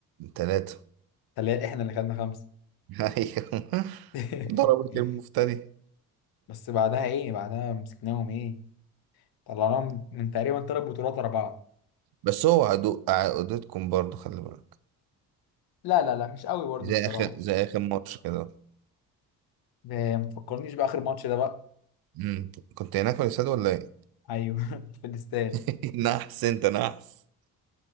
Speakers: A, on the right; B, on the left.
A: تلاتة
B: <laughs> تلاقي احنا اللي خدنا خمسة
A: <laughs> أيوه
B: <laughs>
A: ضربت المفتري
B: بس بعدها ايه بعدها مسكناهم ايه طلعناهم من تقريبا ثلاث بطولات ورا بعض
A: بس هو عدو عقدتكم برضه خلي بالك
B: لا لا لا مش قوي برضه
A: زي
B: بصراحة
A: آخر زي آخر ماتش كده
B: ب- ما تفكرنيش بآخر ماتش ده بقى
A: مم. كنت هناك في الاستاد ولا إيه؟
B: ايوه <laughs> كنت في الاستاد
A: <laughs> نحس انت نحس